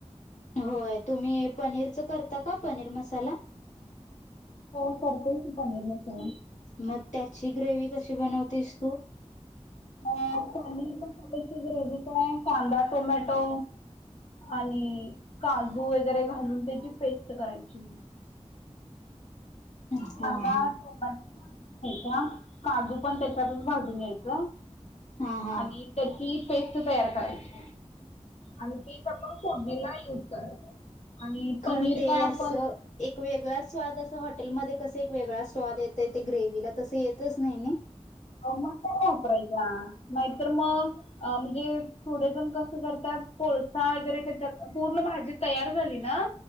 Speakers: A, on the left; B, on the left.
A: होय तुम्ही पनीरच करता का पनीर मसाला
B: हो करतोय की पनीर मसाला
A: मग त्याची ग्रेवी कशी बनवतेस तू?
B: अ पनीर मसाल्याची ग्रेवी काय कांदा, टोमॅटो आणि काजू वगैरे घालून त्याची पेस्ट करायची.
A: हा
B: कांदा,
A: हा
B: टोमॅटो भाजून घ्यायचा. काजू पण त्याच्यातच भाजून घ्यायच.
A: हा हा
B: आणि त्यांची पेस्ट तयार करायची. आणि ते आपण फोडनिला युज करायचं. आणि पनीर
A: खर ते
B: काय
A: अस
B: आपण
A: एक वेगळा स्वाद अस हॉटेलमध्ये कस एक वेगळा स्वाद येतय ते ग्रेवीला तस येतच नाही नइ
B: मग त्या नाही वापरायच्या नाहीतर मग म्हणजे थोडे जण कस करत्यात कोळसा वगैरे त्याच्या पूर्ण भाजी तयार झाली ना